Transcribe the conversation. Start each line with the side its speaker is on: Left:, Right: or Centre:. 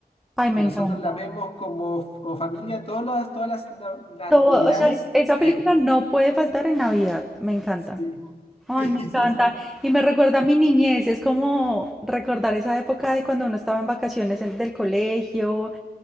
Centre: Ay, me
Left: que
Centre: encanta.
Left: nosotros la vemos como, como familia todas las, todas las, na- las
Centre: Todo,
Left: navidades.
Centre: o sea, es- esa
Left: Eh,
Centre: película no puede faltar en Navidad. Me encanta.
Left: sí.
Centre: Ay,
Left: <laughs>
Centre: me encanta. Y me recuerda a mi niñez. Es como recordar esa época de cuando uno estaba en vacaciones en- del colegio,